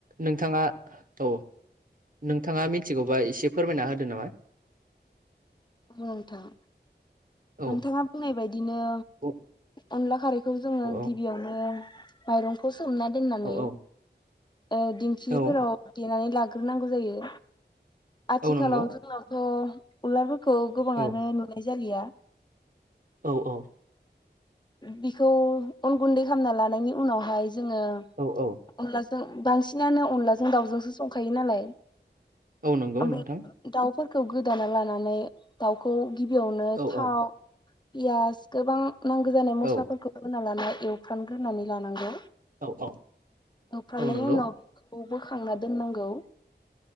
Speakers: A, on the right; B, on the left.
A: नोंथाङा औ नोंथाङा मिथिगौबा एसे फोरमायना होदो नामा
B: औ नोंथां
A: औ
B: नोंथाङा बुंनाय बायदिनो
A: औ
B: अनला खारैखौ जोङो
A: औ
B: गिबियावनो माइरंखौ सोमना दोननानै
A: औ औ
B: ओ दिंखिफोराव
A: औ
B: देनानै लाग्रोनांगौ जायो आथिखालाव
A: औ नंगौ
B: जोंनावथ' उलारफोरखौ गोबाङानो
A: औ
B: नुनाय जालिया
A: औ औ
B: बिखौ अन गुन्दै खालामना लानायनि उनावहाय जोङो
A: औ औ
B: अनला जों बांसिनानो अनलाजों दाउजोंसो संखायो नालाय
A: औ नंगौ
B: ओमफ्राय
A: नोंथां
B: दाउफोर खौ गोदाना लानानै दाउखौ गिबियावनो
A: औ
B: थाव
A: औ
B: पियास गोबां नांगौ जानाय मस्लाफोरखौ
A: औ
B: होना लाना एवफ्रानग्रोनानै लानांगौ
A: औ औ
B: एवफ्रामनायनि
A: औ नंगौ
B: उनाव बेखौ बोखांना दोननांगौ